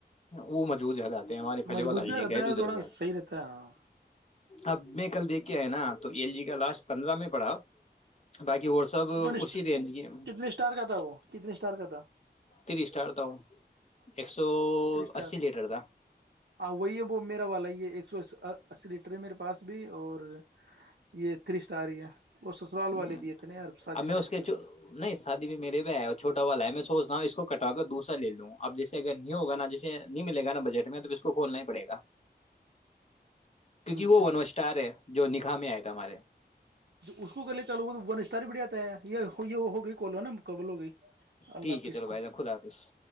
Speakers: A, on the left; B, on the right.
A: وہ موجود ر آتے ہیں ہمارے پہلے
B: مضبوط
A: والا
B: بھی
A: اجے
B: رہتا
A: کا ہے جو ادھر
B: تھوڑا
A: کا ہے
B: صحیح رہتا ہے ہاں
A: اب میں کل دیکھ کے آئے نا تو ایل جی کا لاسٹ پندرہ میں پڑھا باقی اور سب
B: ون
A: اسی رینج کی
B: کتنے اسٹار کا تھا وہ کتنے اسٹار کا تھا
A: تیس اسٹار تھا ایک سو
B: ہ
A: اسی لیٹر
B: وہی ہے وہ میرا والا ہی ہے ایک سو اس اسی لیٹر ہے میرے پاس بھی اور یہ تھری اسٹ آ رہ ہے وہ سسرال والے
A: ہ
B: دیے تھے نا یار شادی
A: اب میں اس
B: آیا
A: کے
B: تھا میرے پاس۔
A: نہیں شادی بھی میرے بھی ہے اور چھوٹا والا ہے میں سوچ اس کو کٹا کے دوسرا لے لوں اب جسے اگر نہیں ہوگا جیسے نہیں ملے گ نا بجٹ میں تو اس کو کھولنا ہی پڑےا کیونکہ
B: اچھا
A: وہ
B: اچھا
A: ون وسٹار ہے جو نکا میں آئے ار
B: اس کو کرے چلو وہ تو ون استار بھی بڑھاتا ہے یہ یہ ہو گئی کولو نا مقابل ہو گئی اللہ
A: ٹھیک ہے چلو
B: اس کو
A: بھائی جان خدا حافظ